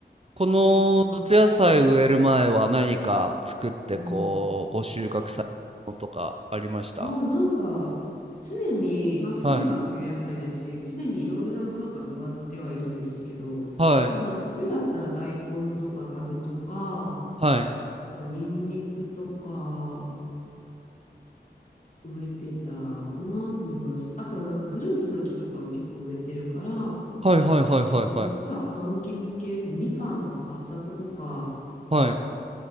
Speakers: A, on the right (about 35°); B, on the left (about 45°).
A: この夏野菜植える前は何か作ってこう、
B: そう。うん。
A: ご収穫されたのとかありました
B: ああ、なんか常に、まあ冬は冬野菜だし、
A: はい。
B: 常にいろいろなものが植わってはいるんですけど、
A: はい。
B: まあな、冬だったら大根とかカブとか、
A: はい。
B: まあ、ニンニクとか植えてたかなと思います。あとはなんかフルーツの木とかも結構植えてるから、
A: はいはいはいはいはい。
B: 夏は柑橘系です。みかんとか八朔とか、
A: はい。